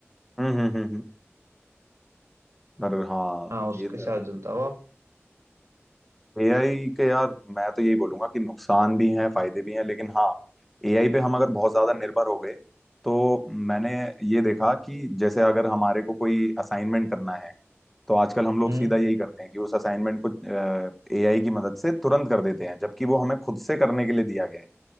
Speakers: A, in the centre; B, on the right (about 75°).
A: हम्म हम्म हम्म हम्म। अरे हाँ
B: हाँ उसके
A: ये तो
B: साथ
A: है
B: जुड़ता हो आप
A: एआई के यार मैं तो यही बोलूंगा कि नुकसान भी हैं फायदे भी हैं लेकिन हाँ एआई पे हम अगर बहुत ज्यादा निर्भर हो गए तो मैंने ये देखा कि जैसे अगर हमारे को कोई असाइनमेंट करना है तो आजकल हम लोग
B: हम्म
A: सीधा यही करते हैं कि उस असाइनमेंट को एआई की मदद से तुरंत कर देते हैं जबकि वो हमें खुद से करने के लिए दिया गया है